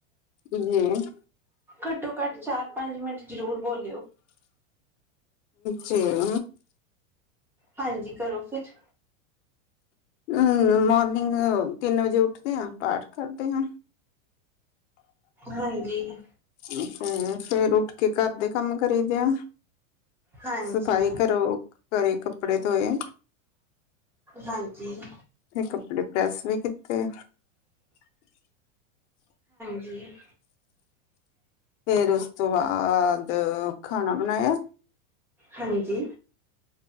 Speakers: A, on the left; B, in the centre.
A: ਹਮ।
B: ਘੱਟੋ ਘੱਟ ਚਾਰ ਪੰਜ ਮਿੰਟ ਜ਼ਰੂਰ ਬੋਲ
A: ਚਿਔ
B: ਹਾਂਜੀ ਕਰੋ ਫਿਰ।
A: ਅਮ ਮੋਰਨਿੰਗ, ਤਿੰਨ ਵਜੇ ਉੱਠਦੇ ਆਂ ਪਾਠ ਕਰਦੇ ਹਾਂ।
B: ਹਾਂਜੀ
A: ਹਮ ਫੇਰ ਉ ਕੇ ਘਰ ਦੇ ਕੰਮ ਕਰੀਦੇ ਆ
B: ਹਾਂਜੀ
A: ਸਫ਼ਾਈ ਕਰਰੋ ਘਰੇ ਕੱਪੜੇ ਧੋਏ
B: ਹਾਂਜੀ
A: ਤੇ ਕੱਪੜੇ ਪ੍ਰੈਸ ਵੀ ਕੀਤੇ
B: ਜੀ
A: ਫਿਰ ਉਸ ਤੋਂ ਬਾਅਦ ਖਾਣਾ ਬਣਾਇਆ
B: ਹਾਂਜੀ